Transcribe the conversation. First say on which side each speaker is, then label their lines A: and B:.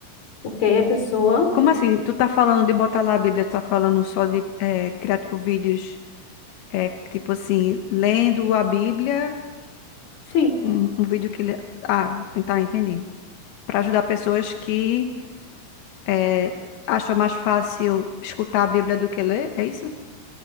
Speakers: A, on the left (about 40°); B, on the left (about 75°).
A: porque aí a pessoa,
B: Como assim? Tu tá falando de botar lá a Bíblia, tu tá falando só de eh, criar tipo vídeos. É tipo assim, lendo a Bíblia,
A: sim,
B: um, um vídeo que. le- Ah, tentar entender. Para ajudar pessoas que eh, acham mais fácil escutar a Bíblia do que ler, é isso?